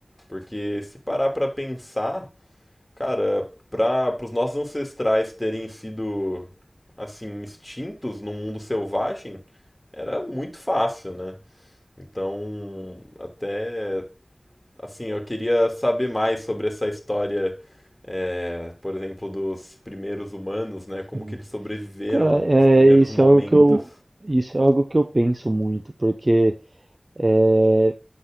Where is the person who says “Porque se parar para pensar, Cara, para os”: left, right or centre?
Left